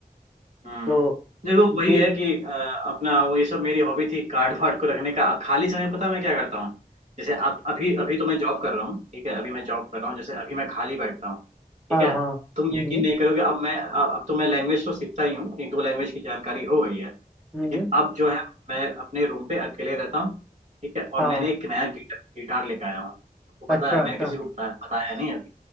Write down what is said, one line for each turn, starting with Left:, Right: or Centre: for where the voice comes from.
Right: हम्म
Centre: तो
Right: देखो वही
Centre: तुम
Right: है कि अ, अपना वही सब मेरी हॉबी थी कार्ड वार्ड को रखने का खाली समय पता है मैं क्या करता हूँ जैसे अब अभी अभी तो मैं जॉब कर रहा हूँ ठीक है अभी मैं जॉब कर रहा हूँ जैसे अभी मैं खाली बैठता हूँ ठीक
Centre: हाँ
Right: है
Centre: हाँ
Right: तुम
Centre: हम्म
Right: यकीन नहीं करोगे अब मैं अब तो मैं लैंग्वेज तो सीखता ही हूँ एक दो लैंग्वेज की जानकारी हो गई है लेकिन
Centre: हम्म
Right: अब जो है मैं अपने रूम पे अकेले रहता हूँ ठीक है और
Centre: हाँ
Right: मैंने एक नया गिटार गिटार लेके आया हूँ आपको
Centre: अच्छा
Right: पता है मैंने
Centre: अच्छा
Right: किसी को बताया बताया नहीं अभी